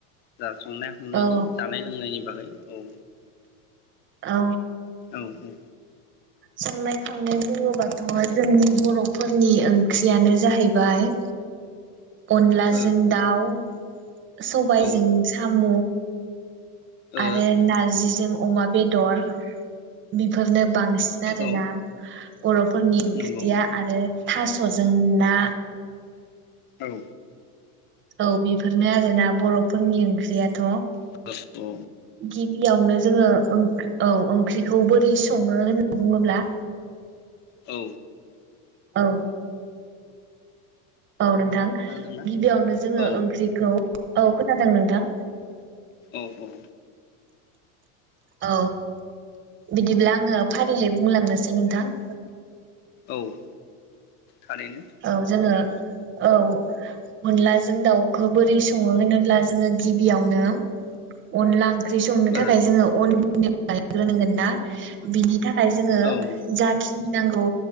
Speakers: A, on the left; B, on the right.
A: दा संनाय हावनायनि
B: औ
A: जानाय लोंनायनि बागै औ
B: औ।
A: औ औ।
B: संनाय खावनाय बुङोबाथ' जोंनि बर'फोरनि ओंख्रियानो जाहैबाय अनलाजों
A: ओ
B: दाउ सबाइजों
A: औ
B: साम'
A: ओ
B: आरो नारजिजों अ अमा बे दर बिफोरनो बांसिन आरोना।
A: औ
B: बर'फोरनि ओंख्रिया
A: नंगौ
B: आरो थास'जों ना
A: औ।
B: औ बेफोरनो आरोना बर'फ फोरनि ओंख्रियाथ'
A: सैथो
B: गिबियावनो जोङो ओंख्रि औ ओंख्रिखौ बोर रै सङो होनना बुङोब्ला
A: औ।
B: औ। औ नोंथां
A: खोनादोंना
B: गिबियावनो जोङो
A: औ
B: ओंख्रिखौ औ खोनादों नोंथां।
A: औ औ
B: औ बिदिब्ला आङो फारियै बुंलांनोसै नोंथां।
A: औ। थारैनो
B: औ जोङो औ अनलाजों दाउखौ बोरै सङो होनोब्ला जोङो गिबियावनो अनला ओंख ओंख्रि संनो थाखाय
A: ओ
B: जोङो अन गुन <unintelligible> ग्रोनांगोन ना बिनि थाख खाय जोङो
A: औ ओ
B: जाखिनि नांगौ